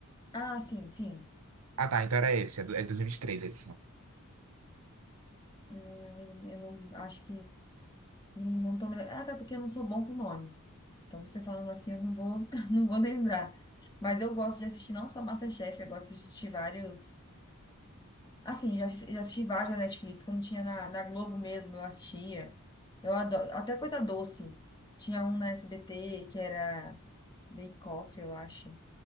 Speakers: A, on the left; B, on the right.
A: Ah, sim, sim.
B: Ah, tá, então era esse, é do- é de 2023 a edição.
A: Hum, Eu não acho que. Não tô me... lem- Até porque eu não sou bom com nome. Então, você falando assim, eu não vou, <laughs> não vou lembrar. Mas eu gosto de assistir não só MasterChef, eu gosto de assistir vários. Assim, já, assi- já assisti vários na Netflix, que eu não tinha na, na Globo mesmo, eu assistia. Eu adoro. Até coisa doce. Tinha um na SBT que era Bake Off, eu acho.